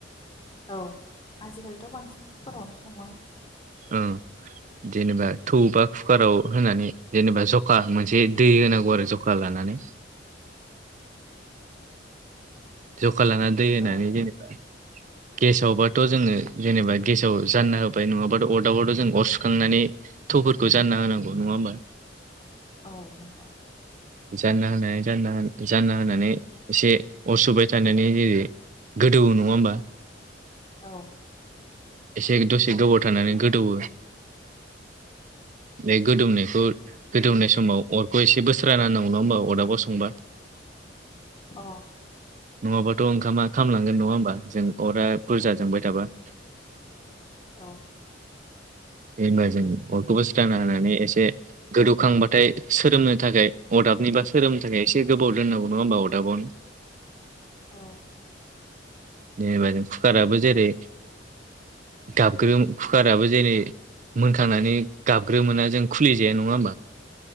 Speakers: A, on the left; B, on the right.
A: औ आजिखालिथ' बांसिन कुकारावनो सङो।
B: ओ जेनेबा थौ बा कुकाराव होनानै जेनेबा जखा मोनसे दै होनांगौ आरो जखा लानानै। जखा लांनानै दै होनानै
A: औ
B: जेनेबा। गेसावबाथ' जोङो जेनेबा गेसाव जानना होबाय नङाबाथ' अरदाबावथ' जों अर सुखांनानै। थौफोरखौ जानना होनांगौ नङा होमबा।
A: औ नोंथां।
B: जानना होनानै जानना जानना होनानै एसे अरसुबाय थानानै जेरै गोदौ नङा होमबा।
A: औ
B: एसे दसे गोबाव थानानै गोदौवो। बे गोदौनायखौ गोदौनाय समाव अरखौ एसे बोस्रा ना नांगौ नङा होमबा अदाबाव संबा,
A: अ
B: नङाबाथ' ओंखामा खालामलांगोन नङा होमबा जों अरा बुरजा जोंबाय थाबा।
A: औ
B: बे ओनबाजों अरखौबो सिखायना होना एसे गोदौखांबाथाय सोरोमनो थाखाय अदाबनि बा सोरोमनो थाखाय एसे गोबाव दोननांगौ नङा होमबा अदाबावनो।
A: औ
B: जेनेबा जों कुकाराबो जेरै गाबग्रो कुकाराबो जेरै मोनखांनानै गाबग्रोमोना जों खुलिजाया नङा होमबा।